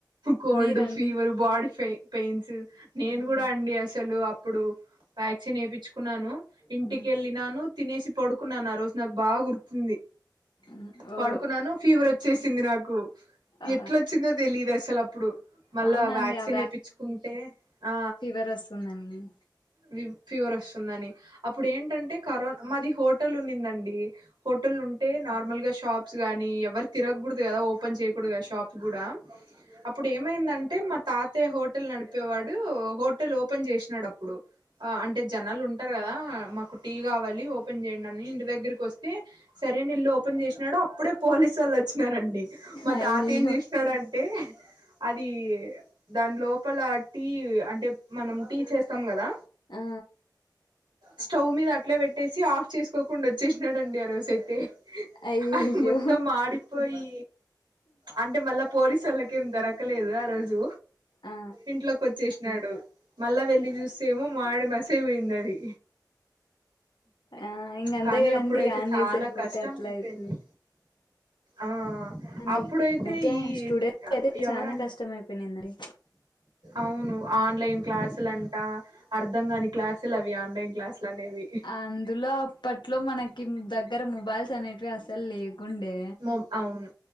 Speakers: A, on the right (about 75°); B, on the left (about 80°).
A: కోల్డ్
B: మీరండి
A: ఫీవర్ బాడీ పెయిన్స్ నేను
B: మ్మ్
A: కూడా అండి అసలు ఇప్పుడు వ్యాక్సిన్ వేయిచ్చుకున్నాను ఇంటికి
B: మ్మ్
A: వెళ్ళినాను తినేసి పడుకున్నాను ఆ రోజు నాకు బాగా గుర్తుంది
B: మ్మ్ ఓ
A: పడుకున్నాను ఫీవర్ వచ్చేసింది నాకు కు
B: ఆ
A: ఎట్ల వచ్చిందో తెలియదు అసలు అప్పుడు మళ్ళా
B: అవునండి
A: వ్యాక్సిన్
B: ఆ
A: ఏప్పించుకుంటే ఆ
B: ఫీవర్ వస్తుందని
A: మీకు ఫీవర్ వస్తుందని అప్పుడు ఏంటంటే కరోనా మాది హోటల్ ఉన్నిందండి హోటల్ ఉంటే నార్మల్ గా షాప్స్ గానీ ఎవరు తిరగకూడదు కదా ఓపెన్ చేయకూడదు కదా షాప్ గూడా అప్పుడు ఏమైందంటే మా తాతయ్య హోటల్ నడిపేవాడు డు హోటల్ ఓపెన్ జేసినాడు అప్పుడు అంటే జనాలు ఉంట కదా మాకు టీ కావాలి ఓపెన్ చేయండి అని ఇంటి దగ్గరకి వస్తే సరే ఏల్ ఓపెన్ చేసినాడో అప్పుడే పోలీసు వాళ్ళు వచ్చినారండి మా
B: అయ్యయ్యో
A: తాత ఏం చేసినాడంటే అది దాని లోపల టీ అంటే మనం టీ చేస్తాం కదా
B: ఆ
A: స్టవ్ మీద అట్లా పెట్టేసి ఆఫ్ చేసుకోకుండా వచ్చేసినాడండి ఆ రోజు అయితే
B: అయ్యయ్యో
A: అది మొత్తం మాడిపోయి అంటే మళ్ళా పోలీసు వాళ్లకి ఇంకేం దొరకలేదు ఆ రోజు
B: ఆ
A: ఇంట్లోకి వచ్చేసినాడు మళ్ళా వెళ్లి చూసు సేమో మాడి మసే పోయింది అది
B: ఆ హింగ్ అంతే
A: కానీ
B: కదండీ
A: అప్పుడైతే
B: అన్
A: చాలా
B: చేసి వెళ్ళిపోతే
A: కష్టం
B: అట్ల
A: అయిపోయింది
B: అయితది
A: ఆ
B: అండి
A: అప్పుడైతే
B: ఓకే
A: ఈ
B: స్టూడెంట్స్ అయితే
A: ఎవరన్
B: చానా కష్టం అయిపోయినందండి
A: అవును ఆన్లైన్ క్లాసులంటా అర్ధం కాని క్లాసులు అవి ఆన్లైన్ క్లాసులు అనేవి
B: అందులో అప్పట్లో మనకి దగ్గర మొబైల్స్ అనేటివి అసలు లేదు కుండే
A: మొ అవును